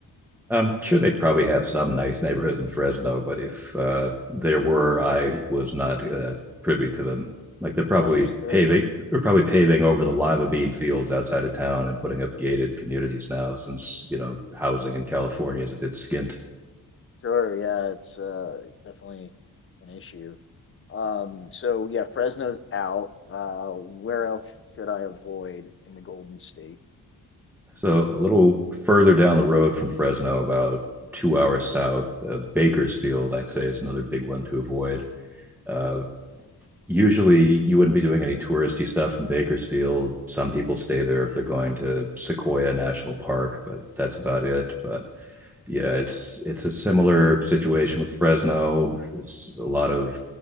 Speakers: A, in the centre; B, on the left.
A: I'm sure they probably have some nice neighborhoods in Fresno, but if uh, there were, I was not uh, privy to them. Like they're probably
B: Understood.
A: paving, they're probably paving over the lima bean fields outside of town and putting up gated communities now, since you know housing in California is a bit skint.
B: Sure. Yeah, it's uh, definitely an issue. Um, so yeah, Fresno's out. Uh, where else should I avoid in the Golden State?
A: So a little further down the road from Fresno, about two hours south, uh, Bakersfield, I'd say, is another big one to avoid. Uh, usually you wouldn't be doing any touristy stuff in Bakersfield. Some people stay there if they're going to Sequoia National Park, but that's about it. But yeah, it's it's a similar situation with Fresno. It's a lot of